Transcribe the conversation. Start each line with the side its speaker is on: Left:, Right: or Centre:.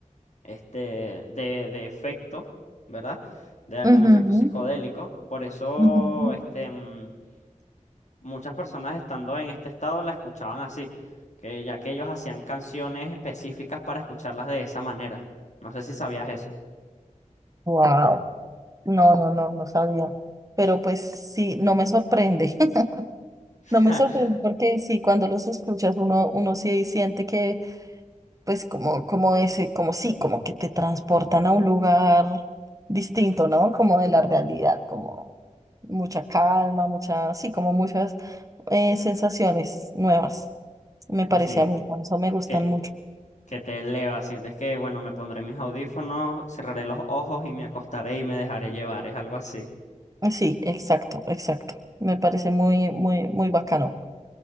Left: este, de, de efecto, ¿verdad? De algún
Right: Ujú,
Left: efecto psicodélico. Por eso,
Right: ujú.
Left: este, mm, muchas personas estando en este estado la escuchaban así, que ya que ellos hacían canciones específicas para escucharlas de esa manera. No sé si sabías eso.
Right: Wow, no, no, no, no sabía. Pero pues sí, no me sorprende. <laughs>
Left: <laughs>
Right: No me sorprende porque sí, cuando los escuchas uno, uno sí siente que pues como, como ese, como sí, como que te transportan a un lugar distinto, ¿no? Como de la realidad, como mucha calma, mucha, sí, como muchas eh, sensaciones nuevas, me parece
Left: Sí,
Right: a mí,
Left: sí,
Right: por eso me gustan
Left: que,
Right: mucho.
Left: que te eleva, sientes que, bueno, me pondré mis audífonos, cerraré los ojos y me acostaré y me dejaré llevar, es algo así.
Right: Ah, Sí, exacto, exacto. Me parece muy, muy, muy bacano.